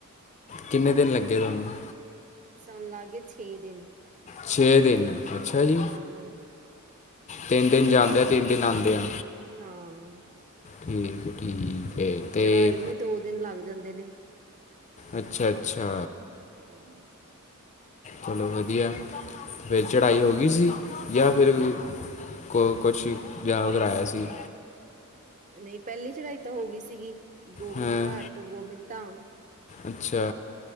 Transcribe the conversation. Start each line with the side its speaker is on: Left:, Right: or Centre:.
Left: ਕਿੰਨੇ ਦਿਨ ਲੱਗੇ ਤੁਹਾਨੂੰ?
Right: ਸਾਨੂੰ ਲੱਗ ਕੇ ਛੇ ਦਿਨ
Left: ਛੇ ਦਿਨ ਅੱਛਾ ਜੀ
Right: ਹਾਂ
Left: ਤਿੰਨ ਦਿਨ ਜਾਂਦੇ ਆ, ਤਿੰਨ ਦਿਨ ਆਉਂਦੇ ਆ
Right: ਹਾਂ
Left: ਠੀਕ ਹੈ। ਠੀਕ
Right: ਹੂ
Left: ਹੈ ਤੇ
Right: ਚੜਾਈ ਵੀ ਦੋ ਦਿਨ ਲੱਗ ਜਾਂਦੇ ਨੇ।
Left: ਅੱਛਾ, -ਅੱਛਾ।
Right: ਹੂ <unintelligible>
Left: ਚਲੋ ਵਧੀਆ। ਫਿਰ ਚੜਾਈ ਹੋ ਗਈ ਸੀ ਜਾਂ ਫਿਰ ਹੋਰ ਕੁਛ ਯਾਦ ਕਰਵਾਇਆ ਸੀ।
Right: ਨਹੀਂ ਪਹਿਲੀ ਚੜ੍ਹਾਈ ਤਾਂ ਹੋ ਗਈ ਸੀਗੀ ਗੋਬਿੰਦ
Left: ਹਾਂ
Right: ਘਾਟ ਤੋਂ ਗੋਬਿੰਦ ਧਾਮ
Left: ਅੱਛਾ।